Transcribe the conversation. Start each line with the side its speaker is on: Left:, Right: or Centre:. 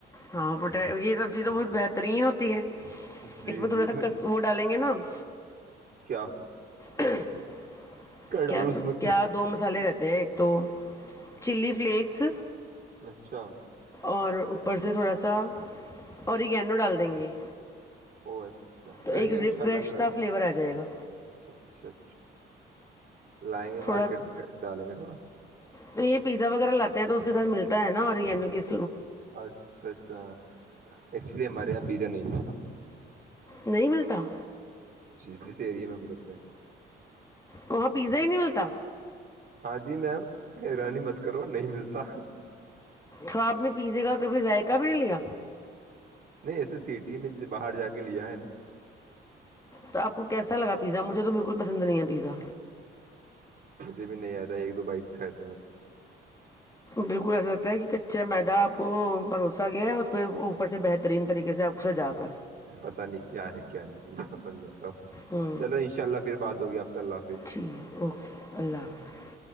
Left: ہاں پ یہ سبزی تو بہت بہتر <unintelligible> ترین ہوتی ہے <unintelligible>
Right: جی
Left: اس میں تھوڑا
Right: جی
Left: سا ک وہ ڈالیں گے نا <inaudible>
Right: کیا
Left: ہ <inaudible>
Right: ڈالو
Left: کیا
Right: اس میں
Left: کیا دو مسالے رہتے د ایک تو چلی فلیکس
Right: اچھا
Left: اور اوپر سے تھوڑا سا اوری کیینو ڈال دیں گے
Right: او اچھا
Left: تو
Right: کریں
Left: ایک
Right: گے انشاءلہ
Left: ریفریش
Right: ٹرائی
Left: سا فلیور آ جائے گا
Right: اچھا اچھا لائیں گے
Left: تھوڑا
Right: مارکیٹ سے ڈالیں گے تھوڑا
Left: تو یہ پیزا وغیرہ لاتے ہیں تو اس کے ساتھ ملتا ہے نا اور یہو
Right: اچھا اچھا ایکچولی ہماری پی ج نہیں متا <unintelligible>
Left: نہیں ملتا
Right: جی جس ایریے میں برتے ہیں
Left: وہاں پیزا ہی نہیں ملتا
Right: ہاں جی میم حیرانی مت کرو نہیں ملتا
Left: تو آپ نے پیزے کا کبھی ذائقہ بھی نہیں لیا
Right: نہیں ایسے سٹی میں باہر جا کے لیا ہے نا
Left: تو آپ کو کیسا لگا پیزا مجھے تو بالکل پسند نہیں ہے پزا
Right: مجھے بھی نہیں آتا ہے ایک دو بائک سے آ
Left: بالکل ایسا لگتا ہے کہ ک چ میداپ کو پروسا گیا ہے اس پہ اوپر سے بہترین طریقے سے آپ س جا کر
Right: پتا نہیں کیا ہے کیا نہیں مجھے پسند نہیں آتا
Left: ہ
Right: چلو ان شاء اللہ پھر بات ہوگی آپ سے اللہ حافظ
Left: ٹھیک اوکے اللہ حافظ